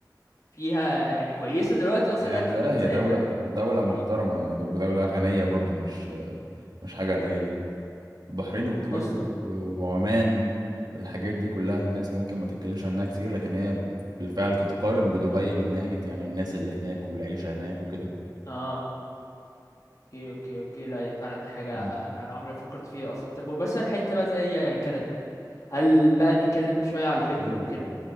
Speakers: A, on the left; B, on the right.
A: فيها يعني كويسه دلوقتي اصلا
B: يعني
A: انها
B: لا هي
A: تسافر
B: دولة دولة محترمة يعني دو- ودولة غنية برضو مش مش حاجة قليلة البحرين والكويت
A: اصلا
B: و- وعمان والحاجات دي كلها الناس ممكن ما تتكلمش عنها كتير لكن هي بالفعل تتقارن بدبي من ناحية يعني الناس اللي هناك والعيشة هناك وكده
A: اه اوكي اوكي اوكي لا هي فعلا دي حاجه
B: مم.
A: انا انا عمري ما فكرت فيها اصلا طب بس الحته بقى زي كندا هل بقى نتكلم شوية على الهجرة
B: اوه
A: وكده